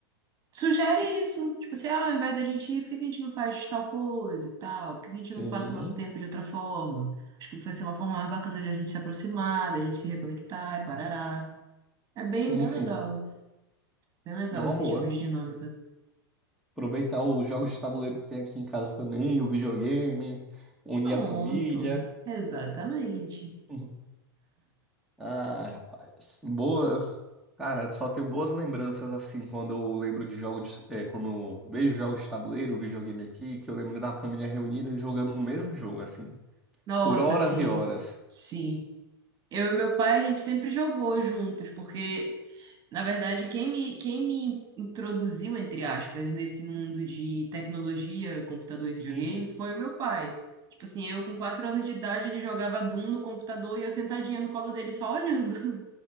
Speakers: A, on the right; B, in the centre.
A: Sugere isso, tipo assim, ah, ao invés da gente ir, por que que a gente não faz tal coisa e tal? Por que que a gente
B: Sim,
A: não passa o nosso tempo de outra forma? Acho que vai ser uma forma mais bacana de a gente se aproximar, da gente se reconectar e parará. É bem,
B: sim,
A: bem
B: sim.
A: legal. Bem legal
B: É uma
A: esse
B: boa.
A: tipo de dinâmica.
B: Aproveitar os jogos de tabuleiro que tem aqui em casa também, o videogame, unir
A: Pronto.
B: a família. <laughs>
A: Exatamente.
B: Uhum. Ai, rapaz. Boa. Cara, só tenho boas lembranças assim quando eu lembro de jogos de, é, quando eu vejo jogos de tabuleiro, videogame aqui, que eu lembro da família reunida jogando o mesmo jogo, assim,
A: Nossa,
B: por horas
A: sim.
B: e horas.
A: Sim. Eu e meu pai, a gente sempre jogou juntos, porque, na verdade, quem me, quem me introduziu, entre aspas, nesse mundo de tecnologia, computador e videogame
B: Uhum.
A: foi o meu pai. Tipo assim, eu com quatro anos de idade, ele jogava Doom no computador e eu sentadinha no colo dele só olhando.